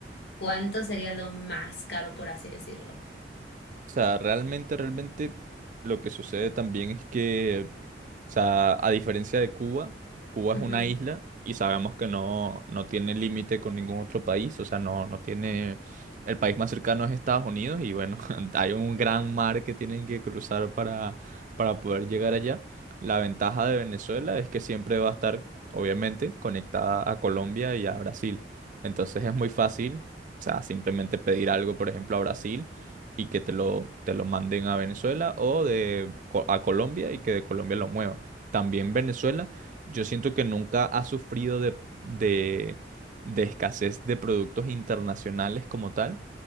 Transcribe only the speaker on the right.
O sea, realmente, realmente lo que sucede también es que, o sea, a diferencia de Cuba, Cuba
es una isla y sabemos que no, no tiene límite con ningún otro país, o sea, no, no tiene, el país más cercano es Estados Unidos y bueno, <laughs> hay un gran mar que tienen que cruzar para, para poder llegar allá. La ventaja de Venezuela es que siempre va a estar, obviamente, conectada a Colombia y a Brasil. Entonces es muy fácil, o sea, simplemente pedir algo, por ejemplo, a Brasil y que te lo, te lo manden a Venezuela o de, Co- a Colombia y que de Colombia lo muevan. También Venezuela, yo siento que nunca ha sufrido de, de, de escasez de productos internacionales como tal.